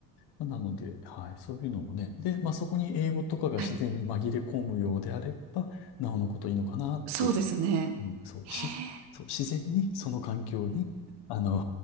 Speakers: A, on the left; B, on the right.
A: まあなので、はい、そういうのもね。で、まあ、そこに英語とかが自然に紛れ込むようであれば、
B: はい、
A: なおのこといいのかなっていう、
B: そうですね。
A: うん、そう、
B: へ
A: し、
B: え、
A: そう、自然にその環境に、あの